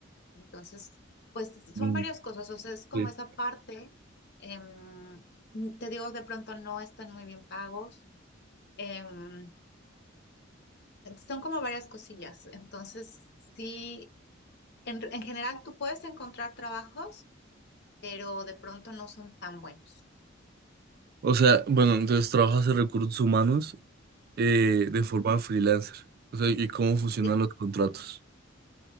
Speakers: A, on the left; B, on the right.
A: Entonces, pues son
B: Mm,
A: varias cosas, o sea, es como
B: sí.
A: esa parte, em, te digo, de pronto no están muy bien pagos, em, son como varias cosillas, entonces sí, en, en general tú puedes encontrar trabajos, pero de pronto no son tan buenos.
B: O sea, bueno, entonces trabajas en recursos humanos eh, de
A: Ujú.
B: forma freelancer. O sea, ¿y cómo funcionan
A: Sí.
B: los contratos?